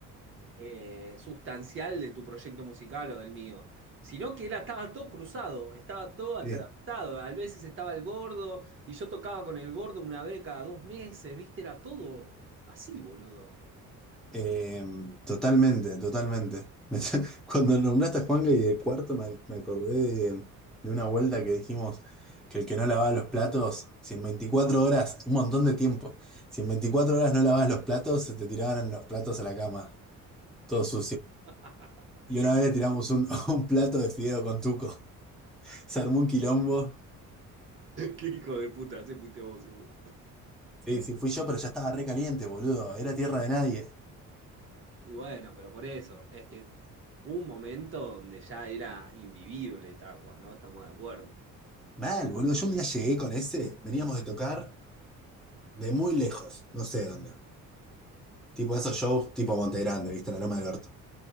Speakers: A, on the right (about 40°); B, in the centre.
A: eh, sustancial de tu proyecto musical o del mío, sino que era, estaba todo cruzado, estaba todo atravesado.
B: Sí.
A: A veces estaba el gordo y yo tocaba con el gordo una vez cada dos meses, ¿viste? Era todo así, boludo.
B: Eh, totalmente, totalmente. Me <laughs> Cuando nombraste a Juanga y de cuarto me, me acordé de, de una vuelta que dijimos que el que no lavaba los platos, si en 24 horas, un montón de tiempo, si en 24 horas no lavabas los platos, se te tiraban los platos a la cama, todo sucio.
A: <laughs>
B: Y
A: Sí.
B: una vez le tiramos un, <laughs> un plato de fideo con tuco. Se armó un quilombo.
A: Qué hijo de puta, ese fuiste vos, seguro.
B: Sí, sí, fui yo, pero ya estaba re caliente, boludo. Era tierra de nadie.
A: Y bueno, pero por eso, es que un momento donde ya era invivible Tacua, ¿no? Estamos de acuerdo.
B: Mal, boludo. Yo un día llegué con ese, veníamos de tocar de muy lejos, no sé dónde. Tipo esos shows tipo Monte Grande, ¿viste? La Loma del Orto.